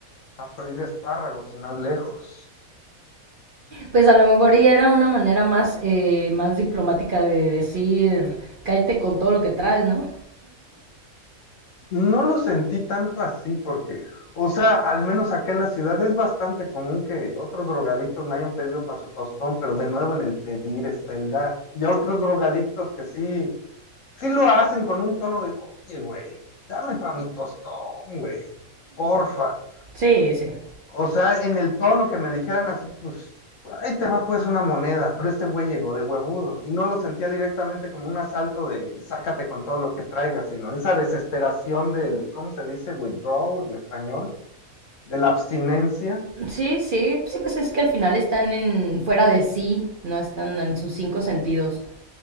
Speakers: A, on the left; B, on the right.
A: a freír espárragos y más lejos.
B: Pues a lo mejor y era una manera más, eh, más diplomática de decir, cállate con todo lo que traes, ¿no?
A: No lo sentí tanto así porque, o sea, al menos acá en la ciudad es bastante común que otros drogadictos me hayan pedido para su tostón, pero de nuevo en el pedir está el dar. Y otros drogadictos que sí, sí lo hacen con un tono de, oye, güey, dame para mi tostón, güey, porfa.
B: Sí, sí.
A: O sea, en el tono que me dijeran así, pues, ahí te va pues una moneda, pero este güey llegó de huevudo y no lo sentía directamente como un asalto de sácate con todo lo que traigas, sino esa desesperación del, ¿cómo se dice? Withdrawal en español, de la abstinencia,
B: Sí, sí, sí, pues es que al final están en fuera de sí, no están en sus cinco sentidos.